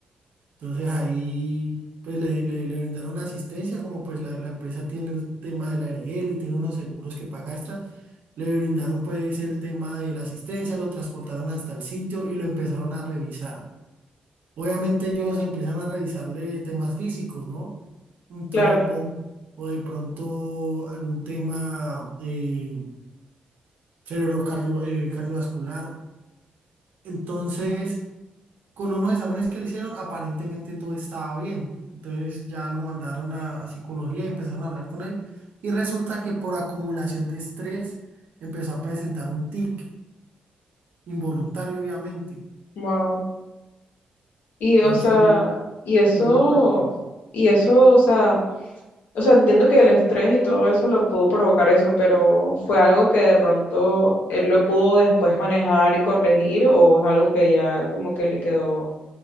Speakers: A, on the right (about 75°); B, on the left (about 85°).
A: Entonces ahí pues le, le, le brindaron asistencia, como pues la, la empresa tiene el tema de la ARL y tiene unos seguros que paga extras. Le brindaron pues el tema de la asistencia, lo transportaron hasta el sitio y lo empezaron a revisar. Obviamente ellos empiezan a revisarle temas físicos, ¿no? Un trombo
B: claro,
A: o de pronto algún tema eh, cerebrocardio- eh, cardiovascular. Entonces, con unos exámenes que le hicieron, aparentemente todo estaba bien. Entonces ya lo mandaron a, a psicología y empezaron a hablar con él. Y resulta que por acumulación de estrés empezó a presentar un tic involuntario, obviamente.
B: wow. Y
A: Entonces,
B: o sea, y eso,
A: muy fuerte.
B: y eso, o sea, o sea, entiendo que el estrés y todo eso lo pudo provocar eso, pero ¿fue algo que de pronto él lo pudo después manejar y corregir o es algo que ya como que le quedó